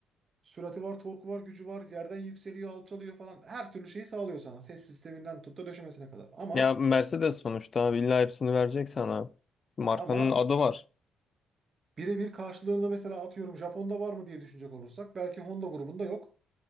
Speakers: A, on the right; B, on the left.
A: sürati var, torku var, gücü var. Yerden yükseliyor, alçalıyor falan. Her türlü şeyi sağlıyor sana. Ses sisteminden tut da döşemesine kadar. Ama
B: Ya Mercedes sonuçta abi illa hepsini verecek sana. Markanın
A: ama
B: adı var.
A: Birebir karşılığında mesela atıyorum Japon'da var mı diye düşünecek olursak belki Honda grubunda yok.